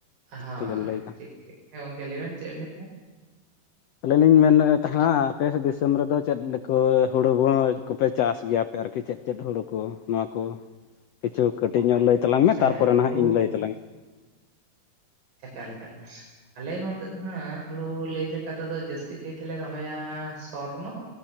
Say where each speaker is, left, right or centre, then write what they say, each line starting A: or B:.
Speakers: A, on the left (about 80°); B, on the right (about 80°).
A: ᱴᱷᱤᱠ
B: ᱦᱳᱭ
A: ᱴᱷᱤᱠ ᱵᱮᱱ ᱞᱟᱹᱭ ᱠᱟᱜ
B: ᱴᱷᱤᱠ ᱴᱷᱤᱠ ᱦᱮᱸ ᱜᱚᱝᱠᱮ ᱞᱟᱹᱭ ᱵᱮᱱ ᱪᱮᱫ ᱵᱮᱱ ᱞᱟᱹᱭ ᱮᱫ ᱛᱟᱦᱮᱸᱫ
A: ᱟᱞᱤᱧ ᱞᱤᱧ ᱢᱮᱱᱮᱫ ᱛᱟᱦᱮᱱᱟ ᱟᱯᱮᱥᱮᱪ ᱫᱤᱥᱚᱢ ᱨᱮᱫᱚ ᱪᱮᱫ ᱞᱮᱠᱟ ᱦᱩᱲᱩ <unintelligible> ᱠᱚᱯᱮ ᱪᱟᱥ ᱜᱮᱭᱟᱯᱮ ᱟᱨᱠᱤ ᱪᱮᱫ ᱪᱮᱫ ᱦᱩᱲᱩ ᱠᱚ ᱱᱚᱣᱟ ᱠᱚ ᱠᱤᱪᱷᱩ ᱠᱟᱹᱴᱤᱡ
B: ᱚ
A: ᱧᱚᱜ ᱞᱟᱹᱭ ᱛᱟᱞᱟᱝ ᱢᱮ
B: ᱦᱮᱸ
A: ᱛᱟᱨᱯᱚᱨᱮ
B: ᱦᱩᱲᱩ
A: ᱱᱟᱦᱟᱜ ᱤᱧ ᱞᱟᱹᱭ ᱛᱟᱞᱟᱝᱟ
B: <unintelligible> ᱪᱠᱟᱞᱮᱠᱟᱞ ᱟᱞᱮ ᱱᱚᱛᱮ ᱫᱚ ᱦᱟᱸᱜ ᱦᱩᱲᱩ ᱞᱟᱹᱭ ᱞᱮᱠᱟ ᱛᱮᱫᱚ ᱡᱟᱹᱥᱛᱤ ᱠᱟᱭ ᱛᱮᱞᱮ ᱨᱚᱦᱚᱭᱟ ᱥᱚᱨᱱᱚ